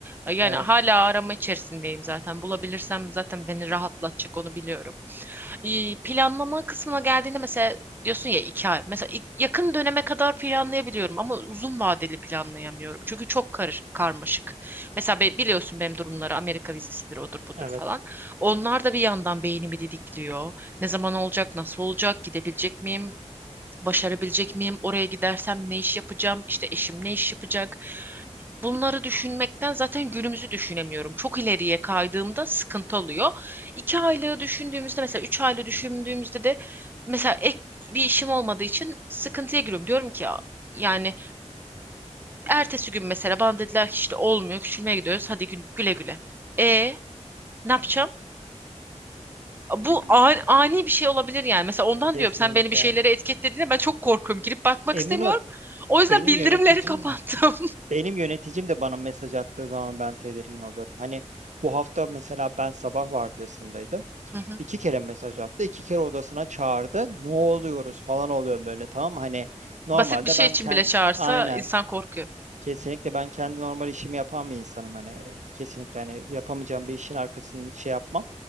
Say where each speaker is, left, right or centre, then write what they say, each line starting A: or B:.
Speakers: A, on the right (about 15°); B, on the right (about 75°).
A: E, Yani
B: Evet,
A: hala arama içerisindeyim zaten. Bulabilirsem zaten beni rahatlatacak onu biliyorum. E, planlama kısmına geldiğinde mesela diyorsun ya iki ay. Mesela i- yakın döneme kadar planlayabiliyorum ama uzun vadeli planlayamıyorum. Çünkü çok karış, karmaşık. Mesela be- biliyorsun benim durumları Amerika vizesidir odur budur
B: evet.
A: falan. Onlar da bir yandan beynimi didikliyor. Ne zaman olacak, nasıl olacak, gidebilecek miyim? Başarabilecek miyim? Oraya gidersem ne iş yapacağım? İşte eşim ne iş yapacak? Bunları düşünmekten zaten günümüzü düşünemiyorum. Çok ileriye kaydığımda sıkıntı oluyor. İki aylığı düşündüğümüzde mesela üç aylığı düşündüğümüzde de mesela ek bir işim olmadığı için sıkıntıya giriyorum. Diyorum ki ya yani ertesi gün mesela bana dediler ki işte olmuyor küçülmeye gidiyoruz hadi gü- güle güle. E ne yapacağım? Bu
B: <laughs>
A: ani, ani bir şey olabilir yani. Mesela ondan
B: Kesinlikle.
A: diyorum sen beni bir şeylere etiketlediğinde ben çok korkuyorum. Girip bakmak
B: Emin
A: istemiyorum.
B: ol
A: O yüzden
B: benim
A: bildirimleri
B: yöneticim
A: kapattım.
B: Benim yöneticim de bana mesaj attığı zaman ben tedirgin oluyorum. Hani bu hafta mesela ben sabah vardiyasındaydım.
A: <laughs> Hı hı.
B: İki kere mesaj attı, iki kere odasına çağırdı. Ne oluyoruz falan oluyor böyle tamam mı? Hani normalde
A: Basit bir şey
B: ben
A: için
B: kendi
A: bile çağırsa
B: aynen
A: insan korkuyor.
B: Kesinlikle ben kendi normal işimi yapan bir insanım hani e, kesinlikle hani yapamayacağım bir işin arkasında şey yapmam.